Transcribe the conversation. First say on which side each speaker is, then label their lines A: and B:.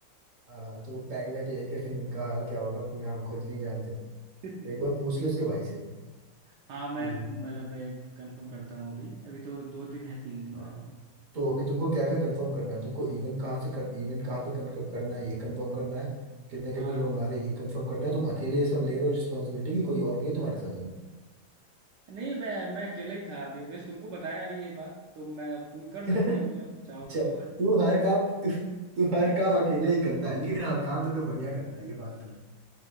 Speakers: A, on the right; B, on the right.
A: हाँ तो पैक वैक लेके फिर इनका हाल क्या होगा फिर हम खुद नहीं जानते तो
B: <laughs>
A: एक बार पूछ ले उसके भाई से
B: हाँ मैं
A: कि
B: मतलब कंफर्म करता हूँ अभी अभी तो दो दिन है तीन दिन ना
A: हाँ
B: अभी
A: तो अभी तुमको क्या क्या कंफर्म करना है तुमको इवेंट कहाँ से कर इवेंट कहाँ पे कन- करना है ये कंफर्म करना है कितने कितने
B: हाँ
A: लोग आ रहे हैं ये कंफर्म करना है तुम अकेले ये सब ले रहे हो रिस्पॉन्सिबिलिटी की कोई और भी है तुम्हारे साथ अभी
B: नहीं मैं मैं अकेला ही था अभी बस तुमको बताया अभी ये बात तो मैं तुम
A: <laughs>
B: कर सकते
A: अच्छा,
B: हो मतलब चाहो तो
A: तू
B: अगर
A: हर काम तू तू हर काम अकेले ही करता है लेकिन हाँ काम तो तू बढ़िया करता है ये बात तो है।